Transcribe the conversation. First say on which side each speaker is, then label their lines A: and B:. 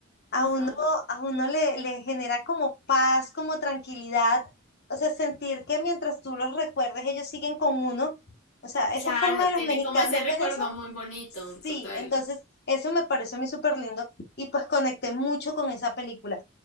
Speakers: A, on the left; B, on the left.
A: a
B: Ajá.
A: uno, a uno le, le genera como paz, como tranquilidad, o sea, sentir que mientras tú los recuerdes, ellos siguen con uno. O sea,
B: Claro,
A: esa forma de los
B: tiene
A: mexicanos
B: como ese recuerdo
A: ver eso,
B: muy bonito,
A: sí,
B: total.
A: entonces eso me pareció a mí súper lindo y pues conecté mucho con esa película.